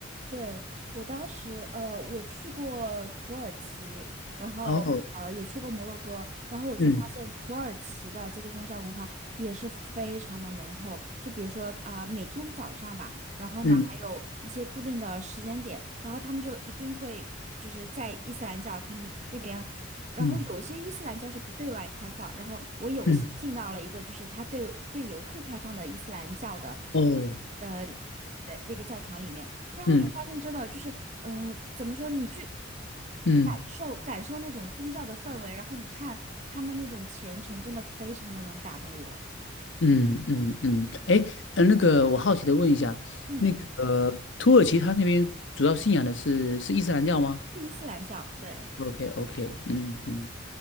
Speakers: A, on the right; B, on the left.
A: 对，我当时，呃，我去过土耳其，然后呃也去过摩洛哥，
B: 哦，
A: 然后我就发现土耳其的这个宗教文化也是非常的浓厚。
B: 嗯
A: 就比如说啊、每天早上吧，然后呢还有一些固定的时间点，
B: 嗯
A: 然后他们就一定会就是在伊斯兰教他们那边，然后有些伊斯兰教是不对外开放，
B: 嗯
A: 然后我有幸进到了一个就是他对对游客开放的伊斯兰教的
B: 嗯，哦，
A: 的那那个教堂里面。然后我就发现真的就是，
B: 嗯
A: 呃，怎么说？你去
B: 嗯。
A: 感受感受那种宗教的氛围，然后你看他们那种虔诚，真的非常的能打动我。
B: 嗯嗯嗯，哎，呃，那个我好奇的问一下，
A: 嗯，
B: 那个土耳其他那边主要信仰的是是伊斯兰教吗
A: 是伊斯兰教，对。
B: ？OK OK，嗯嗯，